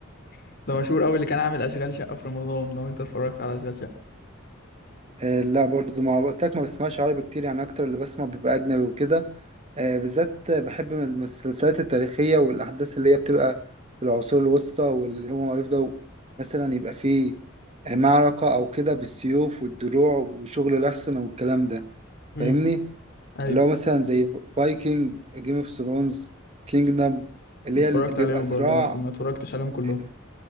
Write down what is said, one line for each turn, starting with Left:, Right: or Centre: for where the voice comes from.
Left: <laughs> ده مشهور قوي اللي كان عامل اشغال شقة في رمضان لو انت اتفرجت على اشغال شقة
Right: آه، لا برضو ما قلت لك ما بسمعش عربي كتير يعني اكتر اللي بسمع بيبقى اجنبي وكده آه، بالذات بحب المسلسلات التاريخية والأحداث اللي هي بتبقى في العصور الوسطى واللي هما يفضلوا مثلا يبقى فيه آه، معركة أو كده بالسيوف والدروع وشغل الأحصنة والكلام ده
Left: امم
Right: فاهمني؟
Left: ايوه
Right: اللي هو مثلا زي فايكنج جيم اوف ثرونز كينجدم اللي
Left: اتفرجت
Right: هي اللي بيبقى
Left: عليهم
Right: صراع
Left: برضو بس ما اتفرجتش عليهم كلهم
Right: آه،